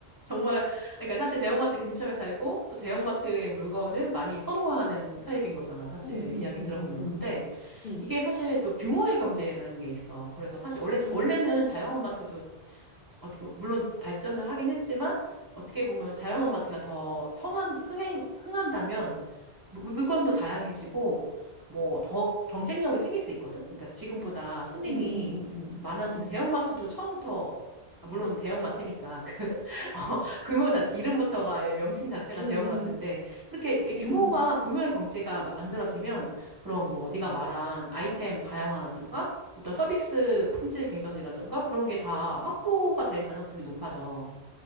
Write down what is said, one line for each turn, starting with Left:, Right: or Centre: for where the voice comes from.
Right: 정말, 그러니까 사실 대형마트 근처에 살고 또 대형마트의 물건을 많이 선호하는 타입인 거잖아, 사실.
Left: 응, 응,
Right: 이야기
Left: 응,
Right: 들어보면.
Left: 응, 응.
Right: 근데
Left: 응.
Right: 이게 사실 또 규모의 경제라는 게 있어. 그래서 사실 원래, 자-
Left: 응.
Right: 원래는 자영업 마트도 어떻게 보면- 물론 발전을 하긴 했지만 어떻게 보면 자영업 마트가 더 성한 흥행 흥한다면 물- 물건도 다양해지고 뭐 더 경쟁력이 생길 수 있거든. 그러니까 지금보다 손님이
Left: 음, 음, 음,
Right: 많아지면
Left: 음,
Right: 대형 마트도 처음부터 아, 물론 대형 마트니까 <laughs> 그 어, 규모 자체 이름부터가 예, 명칭 자체가
Left: 음, 음,
Right: 대형 마트인데 그렇게 이렇게 규모가
Left: 음, 음,
Right: 규모의 경제가 마- 만들어지면 그럼 뭐 네가 말한 아이템 다양화라든가 어떤 서비스 품질 개선이라든가 그런 게 다 확보가 될 가능성이 높아져.